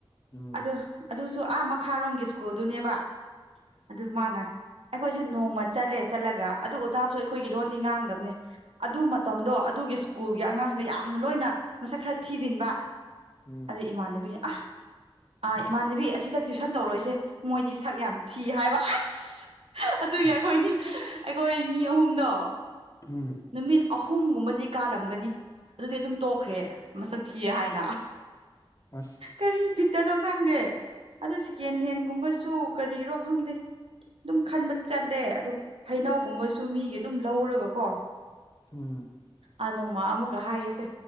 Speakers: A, on the left; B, on the right.
A: ꯎꯝ
B: ꯑꯗꯨ ꯑꯗꯨꯁꯨ ꯑꯥ ꯃꯈꯥꯔꯣꯝꯒꯤ ꯁ꯭ꯀꯨꯜꯗꯨꯅꯦꯕ ꯑꯗꯨ ꯃꯥꯅ ꯑꯩꯈꯣꯏꯁꯦ ꯅꯣꯡꯃ ꯆꯠꯂꯦ ꯆꯠꯂꯒ ꯑꯗꯨ ꯑꯣꯖꯥꯁꯨ ꯑꯩꯈꯣꯏꯒꯤꯔꯣꯟꯅꯤ ꯉꯥꯡꯗꯕꯅꯦ ꯑꯗꯨ ꯃꯇꯝꯗꯣ ꯑꯗꯨꯒꯤ ꯁ꯭ꯀꯨꯜꯒꯤ ꯑꯉꯥꯡꯒꯩ ꯌꯥꯝꯅ ꯂꯣꯏꯅ ꯃꯁꯛ ꯈꯔ ꯊꯤꯖꯤꯟꯕ
A: ꯎꯝ
B: ꯑꯗꯨ ꯏꯃꯥꯟꯅꯕꯤ ꯑ ꯑꯥ ꯏꯃꯥꯟꯅꯕꯤ ꯑꯁꯤꯗ ꯇꯨꯏꯁꯟ ꯇꯧꯔꯣꯏꯁꯦ ꯃꯣꯏꯗꯤ ꯁꯛ ꯌꯥꯝ ꯊꯤ ꯍꯥꯏꯕ ꯑꯁ ꯑꯗꯨꯒꯤ
A: ꯎꯝ
B: ꯑꯩꯈꯣꯏ ꯑꯩꯈꯣꯏ ꯃꯤ ꯑꯍꯨꯝꯗꯣ
A: ꯎꯝ
B: ꯅꯨꯃꯤꯠ ꯑꯍꯨꯝꯒꯨꯝꯕꯗꯤ ꯀꯥꯔꯝꯒꯅꯤ ꯑꯗꯨꯗꯤ ꯑꯗꯨꯝ ꯇꯣꯛꯈ꯭ꯔꯦ ꯃꯁꯛ ꯊꯤꯌꯦ ꯍꯥꯏꯅ
A: ꯑꯁ
B: ꯀꯔꯤ ꯕꯤꯠꯇꯅꯣ ꯈꯪꯗꯦ ꯑꯗꯨ ꯁꯦꯀꯦꯟ ꯍꯦꯟꯒꯨꯝꯕꯁꯨ ꯀꯔꯤꯔꯣ ꯈꯪꯗꯦ ꯑꯗꯨꯝ ꯈꯟꯕ ꯆꯠꯂꯦ ꯑꯗꯨ ꯍꯩꯅꯧꯒꯨꯝꯕꯁꯨ ꯃꯤꯒꯤ ꯑꯗꯨꯝ ꯂꯧꯔꯒ ꯀꯣ
A: ꯎꯝ
B: ꯑꯥ ꯅꯣꯡꯃ ꯑꯃꯨꯛꯀ ꯍꯥꯏꯒꯦꯁꯦ